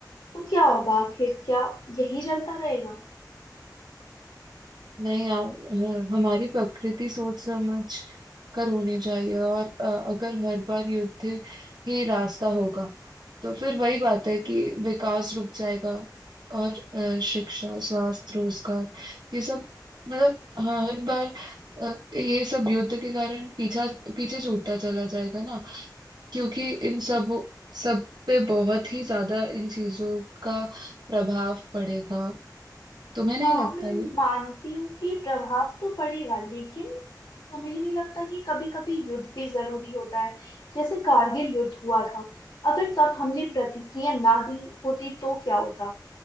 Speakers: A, on the left (about 70°); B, on the right (about 70°).
A: तो क्या होगा आखिर क्या यही चलता रहेगा
B: नहीं यार अ, हमारी प्रकृति सोच समझ कर होनी चाहिए और अ, अगर हर बार युद्ध ही रास्ता होगा तो फिर वही बात है कि विकास रुक जाएगा और अ, शिक्षा स्वास्थ्य रोजगार ये सब मतलब हर बार अ, ये सब युद्ध के कारण पीछा पीछे छूटता चला जाएगा ना क्योंकि इन सब सब पे बहुत ही ज्यादा इन चीजों का प्रभाव पड़ेगा तुम्हें नहीं
A: हाँ
B: लगता
A: मैं
B: ये
A: मानती हूँ कि प्रभाव तो पड़ेगा लेकिन तुम्हें नहीं लगता कि कभी कभी युद्ध भी जरूरी होता है जैसे कारगिल युद्ध हुआ था अगर तब हमने प्रतिक्रिया ना दी होती तो क्या होता